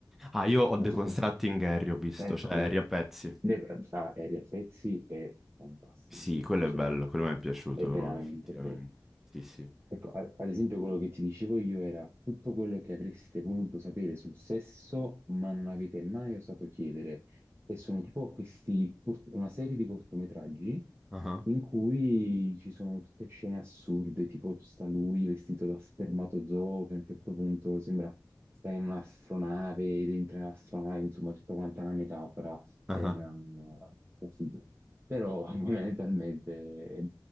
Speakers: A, in the centre; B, on the right.
A: Ah, io ho
B: ma
A: The
B: tipo,
A: Constructing Harry, ho visto,
B: eccolo.
A: cioè Harry a pezzi.
B: Beh, ah, Ariel Pezzi è fantastico,
A: Sì, quello
B: cioè,
A: è bello, quello mi è piaciuto
B: è veramente
A: effettivamente.
B: bello.
A: Sì, sì.
B: Ecco, a- ad esempio quello che ti dicevo io era tutto quello che avreste voluto sapere sul sesso, ma non avete mai osato chiedere. E sono tipo questi, cort- una serie di cortometraggi
A: Ah
B: in cui ci sono tutte scene assurde, tipo sta lui vestito da spermatozoo che a un certo punto sembra sta in un'astronave, dentro un'astronave, insomma, tutta quanta una metafora
A: ah.
B: per... eh, capito? Però <laughs> fondamentalmente è,